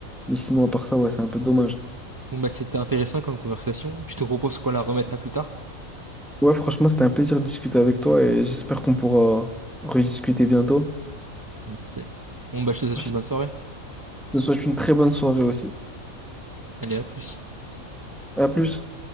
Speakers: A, in the centre; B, on the right (about 30°).
A: mais sinon, à part ça, ouais, c'est un peu dommage.
B: Bon bah c'était intéressant comme conversation. Je te propose qu'on la remette à plus tard.
A: Ouais, franchement, c'était un plaisir de discuter avec toi et j'espère qu'on pourra rediscuter bientôt.
B: Ok. Bon bah je te souhaite
A: Je te
B: une bonne soirée.
A: je te souhaite une très bonne soirée aussi.
B: Allez, à plus.
A: À plus.